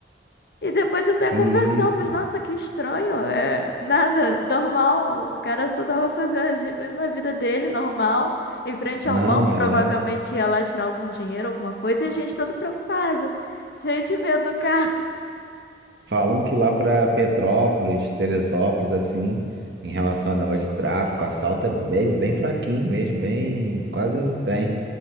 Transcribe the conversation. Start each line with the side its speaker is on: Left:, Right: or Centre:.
Left: E depois até
Right: que
Left: conversamos,
Right: isso?
Left: nossa, que estranho, é nada, normal, o cara só tava fazendo a gi- na vida dele, normal, em frente
Right: Não,
Left: ao banco,
Right: é.
Left: provavelmente ia lá tirar algum dinheiro, alguma coisa, e a gente todo preocupado, cheio de medo do cara.
Right: Falam que lá para Petrópolis, Teresópolis, assim, em relação ao negócio de tráfico, assalto é bem, bem fraquinho mesmo, bem, quase não tem.